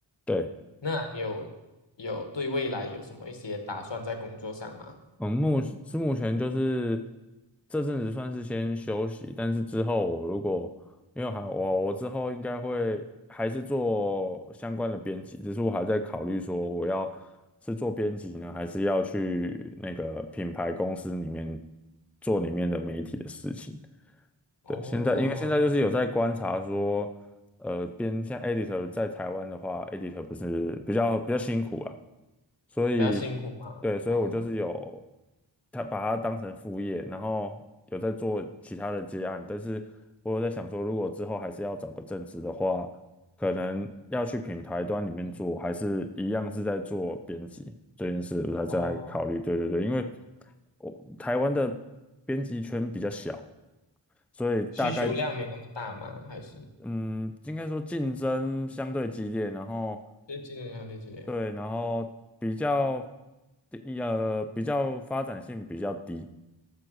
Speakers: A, in the centre; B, on the left.
A: 对。
B: 那你有有对未来有什么一些打算在工作上吗？
A: 嗯，目是目前就是这阵子算是先休息，但是之后我如果因为还我我之后应该会还是做相关的编辑，只是我还在考虑说我要是做编辑呢，还是要去那个品牌公司里面做里面的媒体的事情。
B: 哦，
A: 对，现在因为现在就是有在观察说，呃，编像 editor 在台湾的话，editor 不是比较比较辛苦啊，所以对，
B: 比较辛苦嘛，
A: 所以我就是有
B: 嗯，
A: 他把它当成副业，然后有在做其他的接案，但是我有在想说，如果之后还是要找个正职的话，可能要去品牌端里面做，
B: 嗯
A: 还是一样是在做编辑这件事，我才在考虑。
B: 哦，
A: 对对对，因为我台湾的编辑圈比较小。所以大概
B: 需求量没那么大吗？还是
A: 嗯，应该说竞争相对激烈，然后
B: 这今年要那几年？
A: 对，然后比较低呃比较发展性比较低，